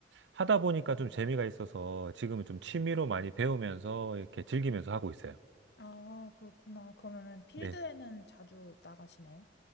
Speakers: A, on the right (about 80°); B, on the left (about 60°).
A: 하다 보니까 좀 재미가 있어서 지금은 좀 취미로 많이 배우면서 이렇게 즐기면서 하고 있어요.
B: 아, 그렇구나. 그러면은 필드에는
A: 네.
B: 자주 나가시나요?